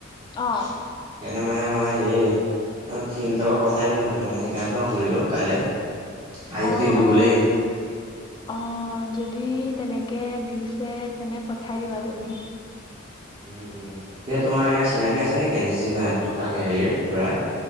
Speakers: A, on the left; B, on the right.
A: অ
B: সেইকাৰণে মানে মই সেই ম সি দুতাকো পঠাই দিলোহেঁতেন মানে সেইকাৰণেতো মই সুধিলোঁ কাইলে আজীটো
A: অ
B: দিনটো
A: অ
B: গ'লেই।
A: <inaudible> অ যদি তেনেকে দিছে তেনে পঠাই দিবা তুমি।
B: উম উম সেইয়া তোমাৰ এনেকে চিনাকি আছে নেকি এন চি চি থকা হেৰিৰ ল'ৰাৰ।